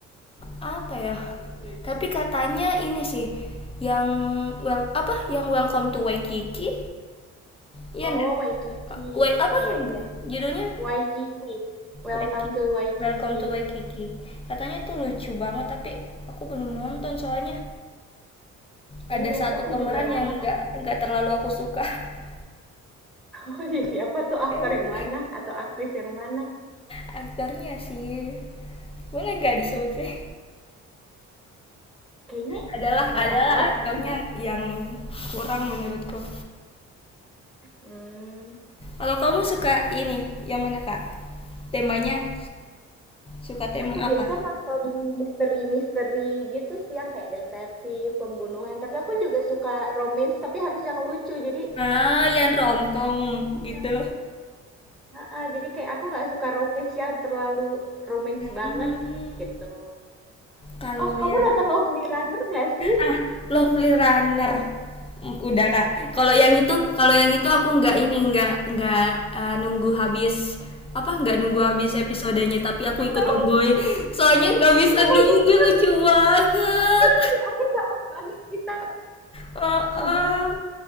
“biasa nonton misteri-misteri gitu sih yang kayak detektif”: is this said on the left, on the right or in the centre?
Centre